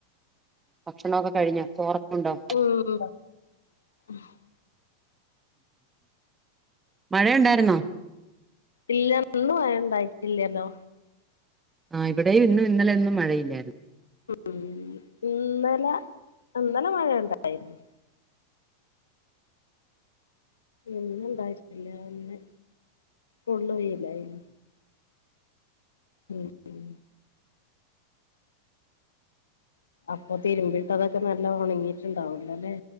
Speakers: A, on the right; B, on the left.
A: ഭക്ഷണമൊക്കെ കഴിഞ്ഞ ചോറക്ക ഉണ്ടോ
B: ഉം <unintelligible>
A: മഴ ഉണ്ടായിരുന്നോ
B: ഇല്ല ഇന്ന് മഴ ഇണ്ടായിട്ടില്ലല്ലോ
A: ആഹ് ഇവിടെയും ഇന്നും ഇന്നലെന്നും മഴയില്ലായിരുന്നു
B: ഉം ഇന്നല ഇന്നല മഴ ഉണ്ടായിരുന്നു ഇന്ന് ഉണ്ടായിട്ടില്ല ഇന്ന് ഫുള്ള് വെയിലായിരുന്നു ഉം അപ്പൊ തിരുമ്മിട്ടതൊക്കെ നല്ല ഒണങ്ങീട്ടുണ്ടാവൂലോല്ലേ